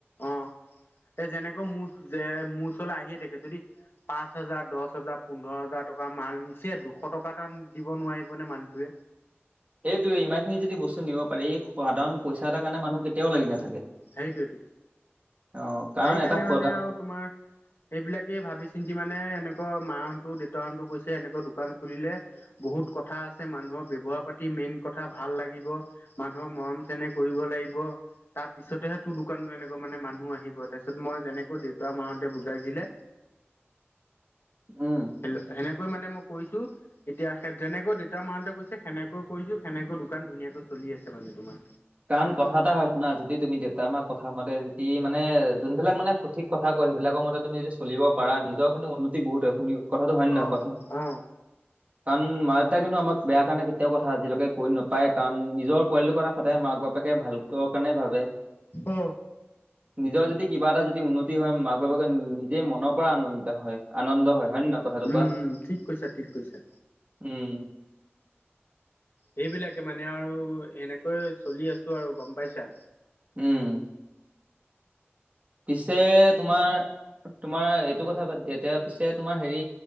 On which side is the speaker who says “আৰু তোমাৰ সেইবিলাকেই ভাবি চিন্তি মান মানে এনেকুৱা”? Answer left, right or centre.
Left